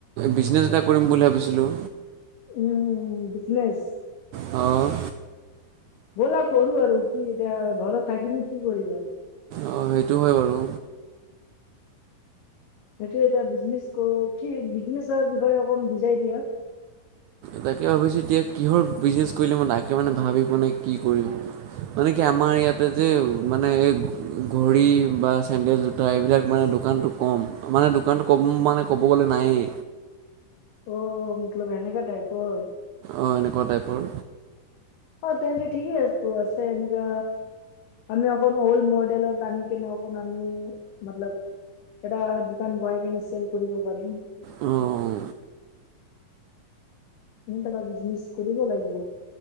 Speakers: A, on the right; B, on the left.
A: বিজনেছ এটা কৰিম বুলি ভাবিছিলোঁ
B: উম উম, বিজনেছ।
A: অ'।
B: ব'লা কৰো আৰু কি এতিয়া ঘৰত থাকিনো কি কৰিবা।
A: অঁ' সেইটো হয় বাৰু।
B: সেইটো এটা বিজনেচ কৰো, কি বিজনেচৰ বিষয়ে অকমান বুজাই দিয়া।
A: তাকে ভাবিছোঁ এতিয়া কিহৰ বিজনেছ কৰিলে মই তাকে মানে ভাবিব পোৱা নাই কি কৰিম। মানে কি আমাৰ ইয়াতে যে মানে এই ঘড়ী বা চেণ্ডেল জোতা এইবিলাক মানে দোকানটো ক'ম, মানে দোকানটো কম মানে ক'ব গ'লে নায়েই।
B: অ', মতলব এনেকা টাইপৰ।
A: অঁ' এনেকুৱা টাইপৰ।
B: অ' তেন্তে ঠিক আছে তো আছেন এনেকা আমি অকনো ওল্ড মডেলত বানি কিনে আমি মতলব এটা দোকান বহাই কেনে চেল কৰিব পাৰিম।
A: উম।
B: এনেকা এটা বিজনেছ কৰিব লাগিব,